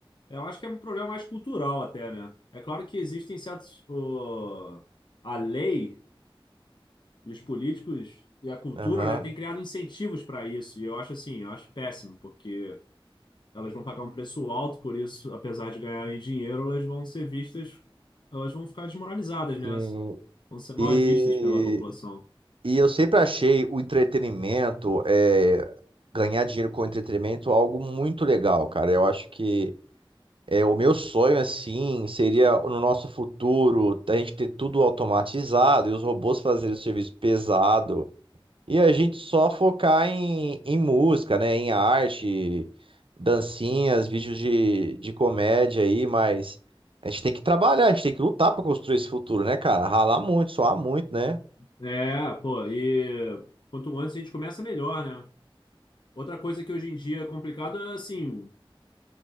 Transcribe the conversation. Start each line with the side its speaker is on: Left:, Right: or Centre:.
Left: eu acho que é um problema mais cultural até, né? É claro que existem certos... o- A lei... E os políticos e a cultura,
Right: Aham.
Left: né, têm criado incentivos para isso. E eu acho assim, eu acho péssimo, porque elas vão pagar um preço alto por isso, apesar de ganharem dinheiro, elas vão ser vistas, elas vão ficar desmoralizadas, né?
Right: Sim.
Left: Vão ser mal
Right: E,
Left: vistas pela população.
Right: e eu sempre achei o entretenimento, é, ganhar dinheiro com entretenimento algo muito legal, cara. Eu acho que É, o meu sonho, assim, seria no nosso futuro a gente ter tudo automatizado e os robôs fazerem o serviço pesado e a gente só focar em, em música, né? Em arte, dancinhas, vídeos de, de comédia aí, mas a gente tem que trabalhar, a gente tem que lutar para construir esse futuro, né, cara? Ralar muito, suar muito, né?
Left: É, pô, e quanto antes a gente começa, melhor, né? Outra coisa que hoje em dia é complicado é assim,